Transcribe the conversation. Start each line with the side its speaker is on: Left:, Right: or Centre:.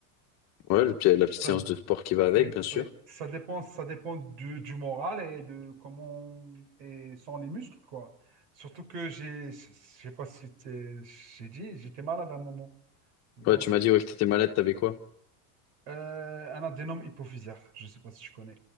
Left: Ouais, le petit- la petite
Right: Ça-
Left: séance de sport qui va avec,
Right: oui,
Left: bien sûr.
Right: oui. Ça dépend, ça dépend du, du moral et de comment et sont les muscles, quoi. Surtout que j'ai, je sais pas si t'es- j'ai dit, j'étais malade à un moment. Voilà.
Left: Ouais, tu m'as dit ouais, que t'étais malade, t'avais quoi?
Right: Euh, un adénome hypophysaire, je sais pas si tu connais.